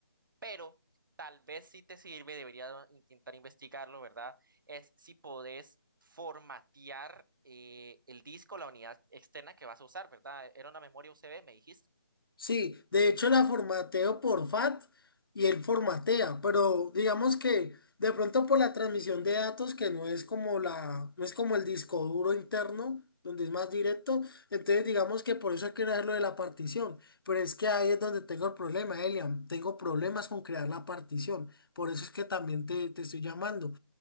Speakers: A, on the right (about 60°); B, on the left (about 75°).
A: pero tal vez si te sirve, debería intentar investigarlo, ¿verdad? Es si podés formatear eh, el disco, la unidad externa que vas a usar, ¿verdad? Era una memoria USB, me dijiste,
B: Sí, de hecho la formateo por FAT y él formatea, pero digamos que de pronto por la transmisión de datos que no es como la, no es como el disco duro interno, donde es más directo, entonces digamos que por eso hay que crear lo de la partición, pero es que ahí es donde tengo el problema, Elian, tengo problemas con crear la partición, por eso es que también te, te estoy llamando.